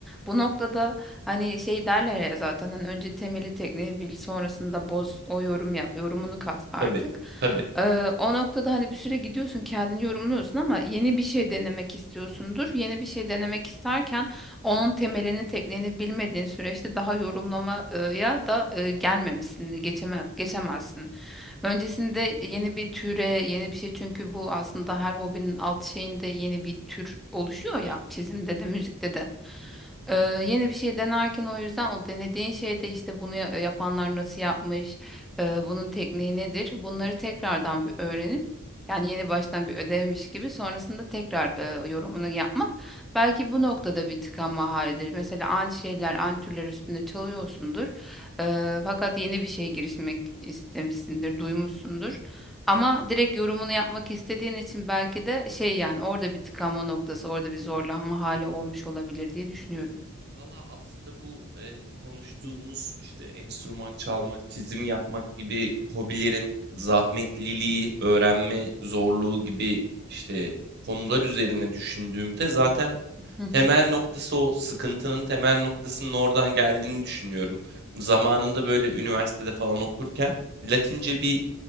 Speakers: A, in the centre; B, on the right.
A: Bu noktada hani şey derler ya zaten hani önce temeli tekniği bil sonrasında boz o yorum yap yorumunu kat artık.
B: tabii tabii.
A: Ee, o noktada hani bir süre gidiyorsun kendini yorumluyorsun ama yeni bir şey denemek istiyorsundur. Yeni bir şey denemek isterken onun temelini tekniğini bilmediğin süreçte daha yorumlamaya da e, gelmemişsin geçeme, geçemezsin. Öncesinde yeni bir türe, yeni bir şey çünkü bu aslında her hobinin alt şeyinde yeni bir tür oluşuyor ya
B: Hı,
A: çizimde de müzikte
B: hı,
A: de.
B: hı, hı, hı, hı.
A: Ee, yeni bir şey denerken o yüzden o denediğin şeyde işte bunu ya- yapanlar nasıl yapmış, e, bunun tekniği nedir? Bunları tekrardan bir öğrenip yani yeni baştan bir ödevmiş gibi sonrasında tekrar e, yorumunu yapmak belki bu noktada bir tıkanma halidir. Mesela aynı şeyler, aynı türler üstünde çalıyorsundur. Eee, fakat yeni bir şeye girişmek istemişsindir, duymuşsundur. Ama direkt yorumunu yapmak istediğin için belki de şey yani orada bir tıkanma noktası, orada bir zorlanma hali olmuş olabilir diye düşünüyorum.
B: Valla aslında bu e, konuştuğumuz işte enstrüman çalmak, çizim yapmak gibi hobilerin zahmetliliği, öğrenme zorluğu gibi işte konular üzerine düşündüğümde zaten
A: Hı hı.
B: temel noktası o sıkıntının temel noktasının oradan geldiğini düşünüyorum. Zamanında böyle üniversitede falan okurken Latince bir